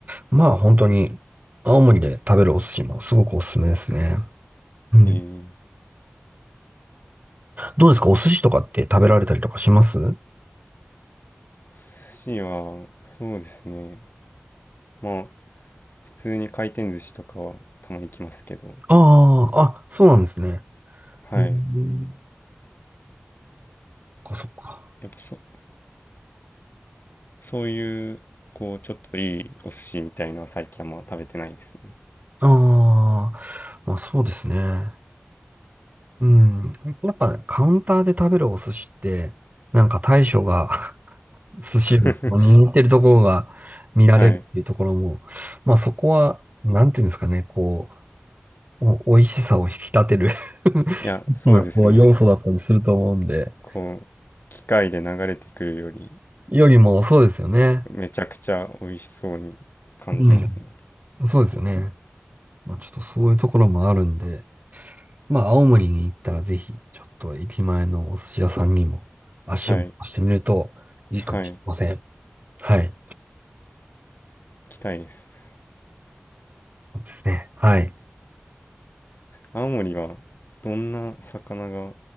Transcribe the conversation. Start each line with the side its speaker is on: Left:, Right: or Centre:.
Right: まあ、本当に、青森で食べるお寿司もすごくおすすめですね。うん。
Left: えー、
Right: どうですかお寿司とかって食べられたりとかします
Left: 寿司は、そうですね。まあ、普通に回転寿司とかはたまに来ますけど、
Right: ああ、あ、そうなんですね。
Left: はい。
Right: えー、そっかそっか。
Left: やっぱそ、そういう、こう、ちょっといいお寿司みたいのは最近はんまあ食べてないですね。
Right: ああ、まあそうですね。うん。やっぱねカウンターで食べるお寿司って、なんか大将が <laughs> 寿司を握ってるところが見られるっていうところも、
Left: <laughs> はい。
Right: まあそこは、なんていうんですかね、こう、お美味しさを引き立てる
Left: いや、
Right: <laughs>
Left: そうですね。
Right: まなこう要素だったりすると思うんで、
Left: こう、機械で流れてくるより、
Right: よりもそうですよね。
Left: めちゃくちゃ美味しそうに感じますね。
Right: うん。そうですよね。まあちょっとそういうところもあるんで、まあ青森に行ったらぜひ、ちょっと駅前のお寿司屋さんにも足を出してみるといいかもしれません。
Left: はい。はい。
Right: はい。
Left: 行きたいです。
Right: そうですね。はい。
Left: 青森は、どんな魚が